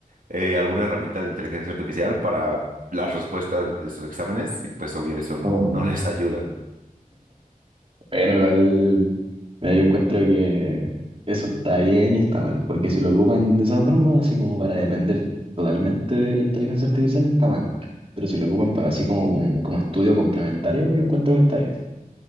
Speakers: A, on the right (about 65°); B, on the right (about 40°).
A: eh, alguna herramienta de inteligencia artificial para las respuestas de sus exámenes y pues obvio eso no,
B: Mm.
A: no les ayuda.
B: Bueno, igual, mira, yo encuentro que eso está bien y está mal, porque si lo ocupan de esa forma, así como para depender totalmente de la inteligencia artificial, está mal. Pero si lo ocupan para así como, como, como estudio complementario, yo encuentro que está bien.